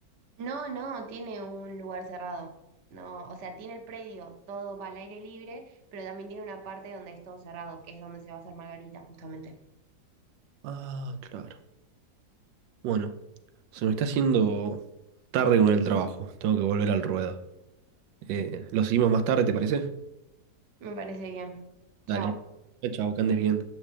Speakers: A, on the right (about 50°); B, on the right (about 85°).
A: No, no, tiene un lugar cerrado. No, o sea, tiene el predio, todo va al aire libre, pero también tiene una parte donde es todo cerrado, que es donde se va a hacer Margarita, justamente.
B: Ah, claro. Bueno, se me está haciendo tarde con el trabajo. Tengo que volver al ruedo. Eh, lo seguimos más tarde, ¿te parece?
A: Me parece bien. Chao.
B: Dale. Chao, chao, que andes bien.